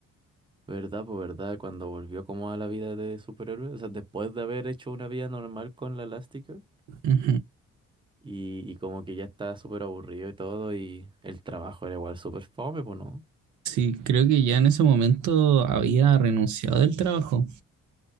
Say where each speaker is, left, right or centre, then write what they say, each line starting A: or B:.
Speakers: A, on the right; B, on the right.
A: ¿Verdad? Pues verdad, cuando volvió como a la vida de superhéroe, o sea, después de haber hecho una vida normal con la Elastigirl
B: pues.
A: y, y como que ya estaba súper aburrido y todo y el trabajo era igual súper fome, pues no.
B: Sí, creo que ya en ese momento había renunciado del trabajo.